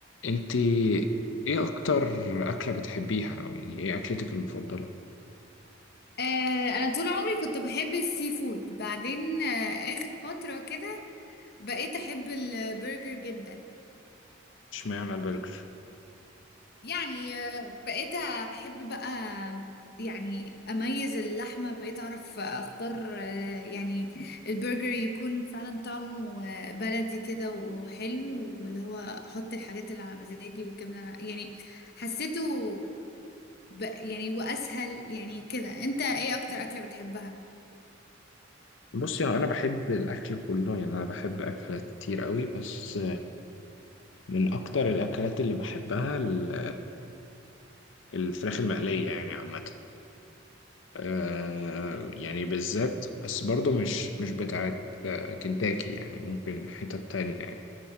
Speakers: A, on the left; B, on the left.
A: انت ايه اكتر اكله بتحبيها او يعني ايه اكلتك المفضله
B: آه، انا طول عمري كنت بحب السي فود بعدين آه، اخر فترة كده بقيت احب البرجر جدا
A: اشمعنى البرجر
B: يعني آه، بقيت احب بقى يعني اميز اللحمة بقيت اعرف اختار آه، يعني البرجر يكون فعلا طعمه آه، بلدي كده وحلو واللي هو احط الحاجات اللي على مزاجي والجبنة على- يعني حسيته ب... يعني واسهل يعني كده انت ايه اكتر اكلة بتحبها
A: بصي يعني انا بحب الاكل كله يعني انا بحب اكلات كتير قوي بس من اكتر الاكلات اللي بحبها ال- الفراخ المقليه يعني عامه آه، يعني بالذات بس برضو مش مش بتاعت آه، كنتاكي يعني ممكن حتة تانية يعني